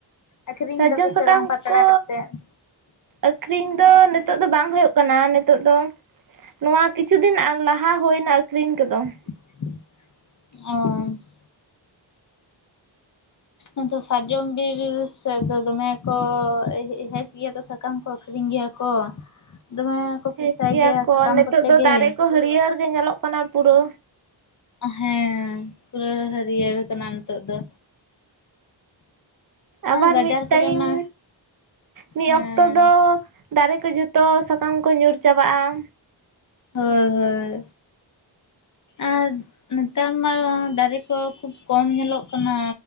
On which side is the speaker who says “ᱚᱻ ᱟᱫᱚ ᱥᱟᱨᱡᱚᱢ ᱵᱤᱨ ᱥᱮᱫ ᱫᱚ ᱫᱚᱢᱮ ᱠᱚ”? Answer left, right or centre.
Left